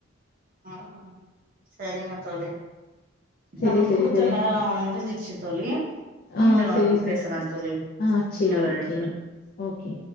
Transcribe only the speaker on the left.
சரி,
சரி,
சரி.
ஆ சரி, சரி.
ஆ சரி,
ஓகேங்க.
ஓகே.